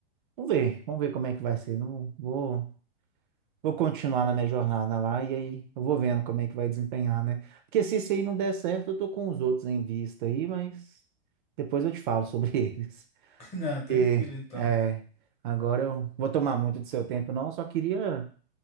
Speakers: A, on the right; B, on the left.
A: Vamos ver, vamos ver como é que vai ser. Não vou, vou continuar na minha jornada lá e aí eu vou vendo como é que vai desempenhar, né? Porque se isso aí não der certo, eu tô com os outros em vista aí, mas depois eu te falo sobre <laughs> eles.
B: <laughs> Não, tranquilo
A: E,
B: então.
A: é, agora eu vou tomar muito do seu tempo, não. Eu só queria